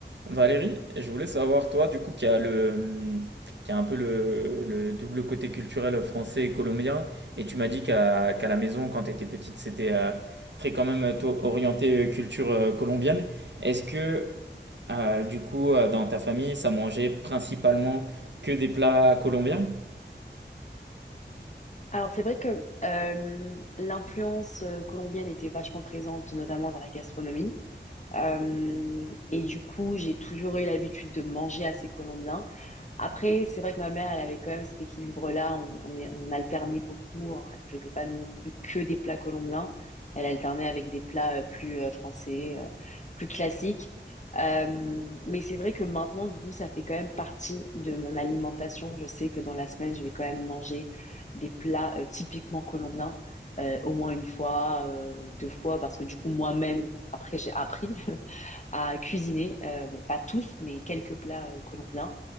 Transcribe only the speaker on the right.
Valérie, je voulais savoir, toi, du coup, qui a le, qui a un peu le, le double côté culturel français et colombien, et tu m'as dit qu'à qu'à la maison, quand tu étais petite, c'était euh, très quand même euh, toi, orienté euh, culture euh, colombienne. Est-ce que, euh, du coup, euh, dans ta famille, ça mangeait principalement que des plats colombiens?